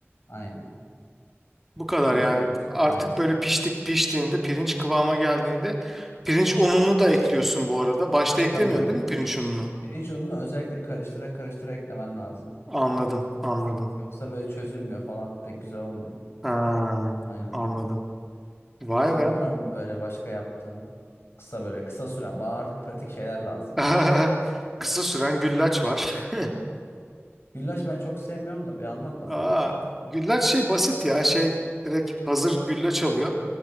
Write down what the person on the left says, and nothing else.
Aynen.
Karıştırıyorsun.
Aynen.
Tabii ki.
Pirinç ununu özellikle karıştıra karıştıra eklemen lazım.
Yoksa böyle çözülmüyor falan pek güzel olmuyor.
Aynen.
Senin
var mı böyle başka yaptığın kısa böyle kısa süren? Bana artık pratik şeyler lazım
ya.
Güllaç ben çok sevmiyorum da bir anlat
bakalım.